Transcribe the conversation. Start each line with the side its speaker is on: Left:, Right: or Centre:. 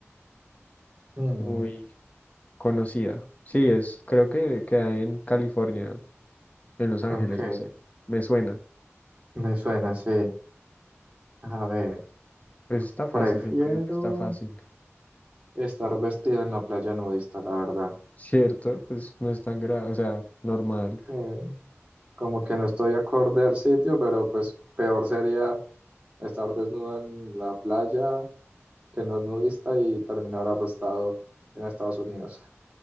Right: Mm,
Left: muy conocida? Sí, es, creo que queda en California, en Los Ángeles,
Right: ok,
Left: no sé. Me suena.
Right: me suena así. A ver,
Left: Pues está fácil,
Right: prefiero
Left: yo creo que está fácil,
Right: estar vestida en la playa nudista, la verdad.
Left: ¿cierto? Pues no es tan grave, o sea, normal.
Right: Sí. como que no estoy acorde al sitio, pero pues peor sería estar desnudo en la playa que no es nudista y terminar arrestado en Estados Unidos.